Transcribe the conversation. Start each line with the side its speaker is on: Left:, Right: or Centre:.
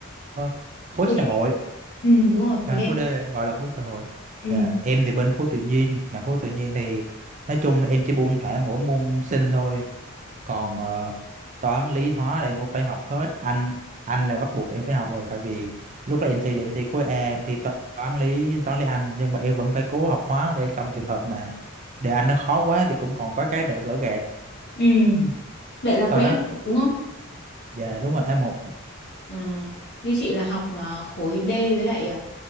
Right: ờ, khối
Left: khối
Right: xã
Left: D.
Right: hội
Left: Ừ đúng rồi,
Right: à,
Left: khối D.
Right: khối D gọi là khối xã hội
Left: Ừ.
Right: à, em thì bên khối tự nhiên mà khối tự nhiên thì nói chung là em chỉ buông thả mỗi môn sinh thôi còn ờ, toán lý hóa là em cũng phải học hết anh anh là bắt buộc em phải học rồi tại vì lúc đó em thi là em thi khối A em thi to- toán lý toán lý anh nhưng mà em vẫn phải cố học hóa để trong trường hợp mà đề anh nó khó quá thì cũng còn có cái đỡ gỡ gạc
Left: Ừ.
Right: Ừ,
Left: Vậy là
Right: thời
Left: khối
Right: đó
Left: A đúng không?
Right: dạ đúng rồi a một,
Left: Ừ. Như chị là học à, khối D với lại à,